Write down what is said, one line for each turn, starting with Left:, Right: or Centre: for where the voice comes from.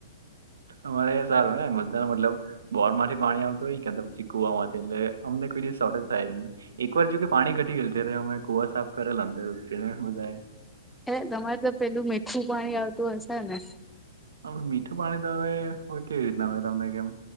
Right: અમારે સારું મલા મતલબ બોર માંથી પાણી આવતું હોય કે પછી કુવામાં એટલે અમને કોઈ દિવ શોર્ટજ થાય જ નહી એક વાર જો કે પાણી ઘટી ગયલું અમે કુવા સાફ કરેલ અંદર ત બધાય
Centre: એ તમારે તો પેલું મીઠું પાણી આવતું હશે ને
Right: હ મીઠું પાણી તો હવે કેવી રીતના હ તમને કેમ